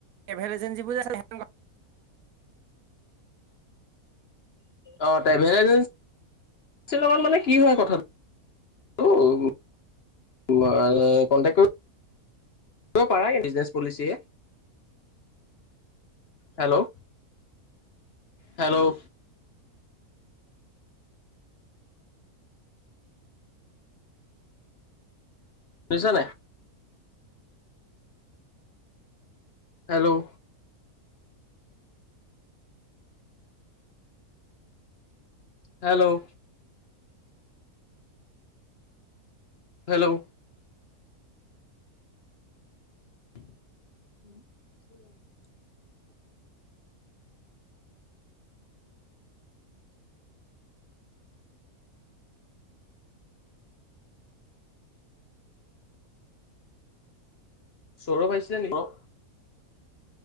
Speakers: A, on the right; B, on the left.
A: ট্ৰেভেল এজেঞ্চি বুলি আ
B: অ ট্ৰেভেল এজেঞ্চি লগত মানে কি হয় কথাটো উউম' এই কণ্টেক্টো তই পাৰা বিজনেচ পলিচে হেল্ল' হেল্ল' লৈছানে নাই হেল্ল' হেল্ল' হেল্ল' উ চৰো পাইছিলে নেকি অ